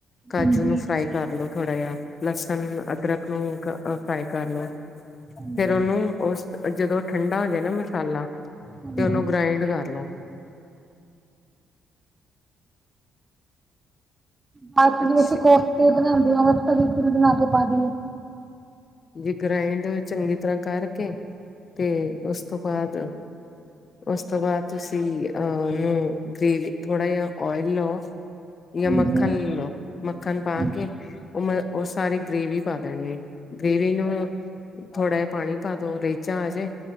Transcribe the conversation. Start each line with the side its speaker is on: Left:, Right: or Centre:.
Left: ਕਾਜੂ
Right: ਹਾਂਜੀ
Left: ਨੂੰ ਫਰਾਈ ਕਰ ਲੋ ਥੋੜਾ ਜਿਹਾ ਲਸਨ ਅਦਰਰਕ ਨੂੰ ਕ ਅ ਫਾਈ ਕਰ ਲਓ
Right: ਹਾਂਜੀ
Left: ਫਿਰ ਉਹਨੂੰ ਉਸ ਜਦੋਂ ਠੰਡਾ ਹੋ ਜਾਏ ਨਾ ਮਸਾਲਾ ਤੇ
Right: ਬਸ
Left: ਉਹਨੂੰ ਗ੍ਰਾਇੰਡ ਕਰ ਲੋ
Right: ਬਾਕੀ
Left: ਅੱਛੀ
Right: ਜਿਵੇਂ ਅਸੀਂ ਕੋਫਤੇ ਬਣਾਉਦੇ ਆ ਤਰੀ ਬਣਾਕੇ ਪਾ ਦਈਏ
Left: ਜੇ ਗ੍ਰਾਇੰਡ ਚੰਗੀ ਤਰ੍ਹਾਂ ਕਰਕੇ ਤੇ ਉਸ ਤੋਂ ਬਾਅਦ ਉਸ ਤੋਂ ਬਾਅਦ ਤੁਸੀਂ ਅਹਨੂੰ ਗ੍ਰੇਵੀ ਥੋੜ੍ਹਾ ਜਿਹਾ ਓਇਲ ਲਓ ਜਾਂ
Right: ਹਾਂਜੀ
Left: ਮੱਖਣ ਲੈ ਲਓ ਮੱਖਣ
Right: ਹਾਂਜੀ
Left: ਪਾ ਕੇ ਉਹ ਮ ਉਹ ਸਾਰੇ ਗ੍ਰੇਵੀ ਪਾ ਦੇਣਗੇ ਗੇਵੀ ਨੂੰ ਥੋੜਾ ਜ ਪਾਣੀ ਪਾ ਦੋ ਰੇ ਆਜੇ